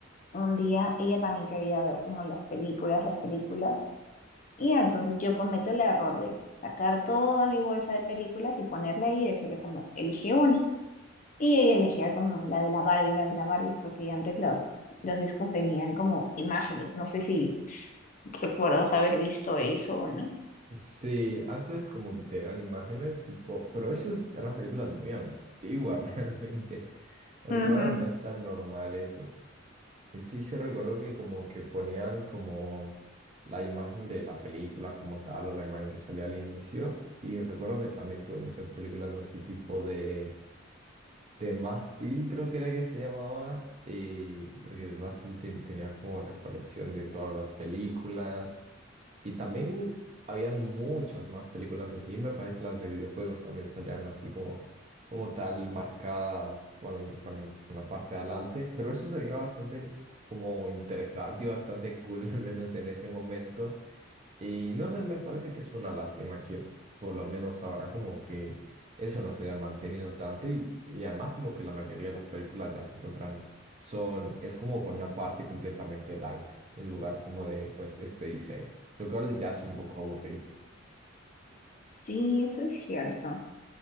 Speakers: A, on the left; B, on the right.
A: un día ella también quería ver como las películas, las películas Y entonces yo cometo el error de sacar toda mi bolsa de películas y ponerla ahí y decirle como, elige una. Y ella elegía como la de la Barbie, la de la Barbie, porque antes los, los discos tenían como imágenes. No sé si recuerdas haber visto eso o no.
B: Sí, antes como que tenían imágenes tipo, pero esas eran películas muy antiguas <laughs> realmente, porque
A: Ujú.
B: ahora no es tan normal eso. Y sí, se recuerdo que como que ponían como la imagen de la película como tal o la imagen que salía al inicio. Y recuerdo que también tuve muchas películas así tipo de, de Mástil, creo que era que se llamaba. Y porque Mástil ten- tenía como la colección de todas las películas y también habían muchas más películas así. Me parece que las de videojuegos también salían así como, como tal, marcadas con, con- con la parte de adelante. Pero eso se veía bastante como interesante y bastante cool, <laughs> al menos en ese momento. Y no sé, me parece que es una lástima que por lo menos ahora como que eso no se haya mantenido tanto y, y además como que la mayoría de las películas ya se encuentran son, es como con una parte completamente blanca en lugar como de pues este diseño, lo cual ya es un poco aburrido.
A: Sí, eso es cierto.